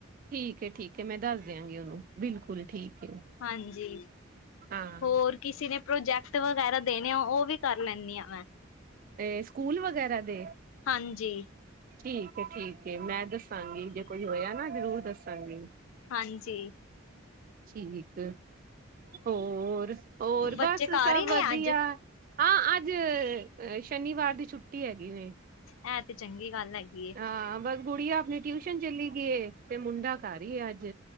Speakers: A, on the right (about 40°); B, on the left (about 75°).
A: ਠੀਕ ਏ- ਠੀਕ ਇ, ਮੈਂ ਦੱਸ ਦਿਆਂਗੀ ਓਨੂੰ ਬਿਲਕੁੱਲ ਠੀਕ ਏ।
B: ਹਾਂਜੀ,
A: ਹਾਂ
B: ਹੋਰ? ਕਿਸੀ ਨੇ ਪ੍ਰੋਜੈਕਟ ਵਗੈਰਾ ਦੇਣੇ ਆ। ਓਵੀ ਕਰ ਲੈਂਨੀ ਆ ਮੈਂ।
A: ਤੇ ਸਕੂਲ ਵਗੈਰਾ ਦੇ?
B: ਹਾਂਜੀ
A: ਠੀਕ ਏ ਠੀਕ ਮੈਂ ਦੱਸਾਂਗੀ, ਜੇ ਕੋਈ ਹੋਇਆ ਨਾ ਜ਼ਰੂਰ ਦੱਸਾਂਗੀ।
B: ਹਾਂਜੀ।
A: ਠੀਕ ਹੋਰ, ਹੋਰ
B: ਬੱਚੇ
A: ਬਸ
B: ਘਰ
A: ਸਭ
B: ਹੀ ਨੇ
A: ਵਧੀਆ।
B: ਅੱਜ
A: ਹਾਂ, ਅੱਜ ਸ਼ਨੀਵਾਰ ਦੀ ਛੁੱਟੀ ਹੈਗੀ ਦੇ।
B: ਇਹ ਤੇ ਚੰਗੀ ਗੱਲ ਹੈਗੀ ਹੈ।
A: ਹਾਂ, ਬਸ ਗੁੜੀਆ ਆਪਣੀ ਟਿਊਸ਼ਨ ਚੱਲੀ ਗਈ ਏ। ਤੇ ਮੁੰਡਾ ਘਰੇ ਹੀ ਆ ਅੱਜ।